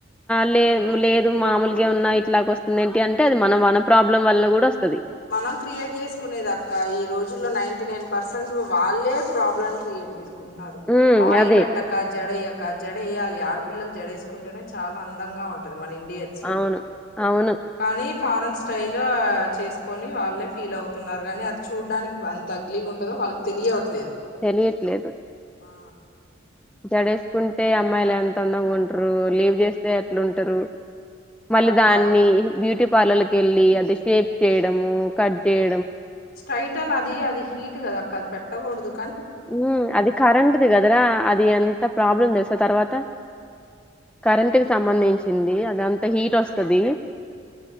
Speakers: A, in the centre; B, on the left.
A: లే లేదు మామూలుగా ఉన్నా ఇట్లాగ వస్తుంది, ఏంటి అంటే అది మన వన ప్రాబ్లం వల్ల కూడా వస్తది
B: మనం క్రియేట్ చేసుకునేది అక్క ఈ రోజుల్లో నైన్ టీ నైన్ పర్సెంట్స్ వాళ్ళే ప్రాబ్లమ్ క్రియేట్ చేసుకు న్నారు
A: ఉమ్
B: ఆయిల్
A: అదే
B: పెట్టక జడయేక జడ వేయాలి ఆడపిల్లలు జడ వేసుకుంటేనే చాలా అందంగా ఉంటది. మన ఇం ఇయర్స్ లో
A: అవును అవును
B: కానీ ఫారెన్ స్టైల్ చేసు కొని వాళ్ళే ఫీల్ అవుతున్నారు కానీ అది చూడ్డానికి ఎంత అగ్లీగా ఉంటుందో వాళ్ళకి తెలియవట్లేదు
A: తెలియట్లేదు
B: హా
A: జడేసుకుంటే అమ్మాయిలు ఎంత అందంగా ఉంట్రు లీవ్ చేస్తే ఎట్లుంటారు మళదాన్ని
B: అప్రా
A: బ్యూటీ పార్లర్ల కి వెళ్ళి అది షేప్ చేయడము కట్ చేయ
B: స్ట్రైట అన్ అది అది హీట్ కదా కళ్ళు పెట్టకూడుదు
A: ఉ అది కరెంట్ ది కదరా అది ఎంత ప్రాబ్లం తెలుసా తర్వాత కరెంట్ కి సంబంధించింది అదంత హీట్ వస్తుంది.